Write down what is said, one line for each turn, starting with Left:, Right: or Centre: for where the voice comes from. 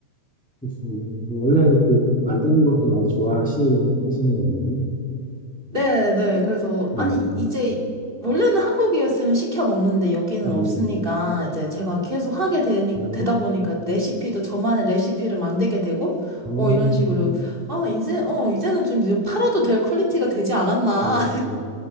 Centre: 그러시군요. 그 원래 그 만드는 것도 많이 좋아하시, 하시는 거군요.
Right: 네, 네. 그래서
Centre: 음,
Right: 아니 이제 원래는 한국이었으면 시켜 먹는데 여기는
Centre: 음,
Right: 없으니까 이제 제가 계속 하게 되니,
Centre: 아,
Right: 되다 보니까 레시피도 저만의 레시피를 만들게 되고
Centre: 음,
Right: 어 이런 식으로 아 이제 어 이제는 좀 이제 팔아도 될 퀄리티가 되지 않았나
Centre: 네,